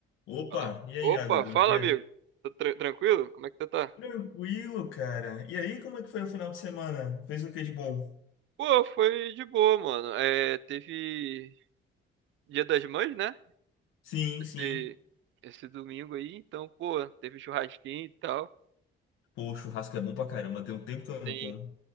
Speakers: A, on the left; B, on the right.
A: Opa,
B: Falou.
A: e aí,
B: Opa,
A: Iago, bom
B: fala,
A: dia.
B: amigo. Tá tran- tranquilo? Como é que você tá?
A: Tranquilo, cara. E aí, como é que foi o final de semana? Fez o que de bom?
B: Pô, foi de boa, mano. É, teve Dia das Mães, né?
A: Sim, sim.
B: E esse domingo aí, então, pô, teve churrasquinho e tal.
A: Pô, churrasco é bom pra caramba, tem um tempo que eu não
B: Tem,
A: como.